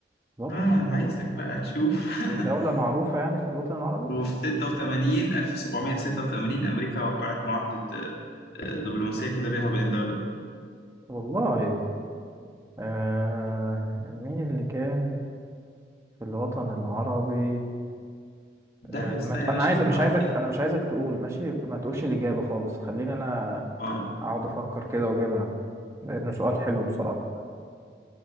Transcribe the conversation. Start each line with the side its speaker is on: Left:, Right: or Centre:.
Right: الوطن
Left: اه
Right: العربي
Left: أنا عايزك بقى تشوف
Right: ودولة
Left: <laughs>
Right: معروفة يعني في الوطن العربي
Left: وفي 86 1786 أمريكا وقعت معاهدة آه، آه، دبلوماسية كده بينها وبين الدولة دي
Right: والله آه مين اللي كان في الوطن العربي آه
Left: دعبس
Right: ما
Left: بقى
Right: ت...
Left: يا
Right: أنا
Left: باشا
Right: عايز
Left: ومعاك
Right: مش عايزك
Left: إيه
Right: أنا مش عايزك تقول ماشي ما تقولش الإجابة خالص خليني أنا
Left: اه
Right: أقعد أفكر كده وأجيبها لأنه سؤال حلو بصراحة